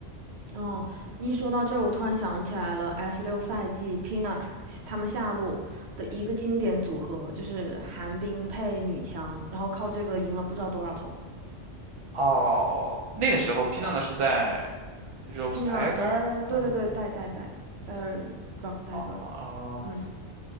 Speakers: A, on the right (about 65°); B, on the right (about 45°).
A: 哦，你一说到这儿，我突然想起来了，S 六赛季 Peanut 他们下路的一个经典组合，就是寒冰配女强，然后靠这个赢了不知道多少头。
B: 哦，那个时候 p i n 呢是在 Rogue
A: Peanut，
B: Tiger
A: 对对对，
B: 还是在？
A: 在在在在 Rock Tiger，
B: 哦哦
A: 嗯。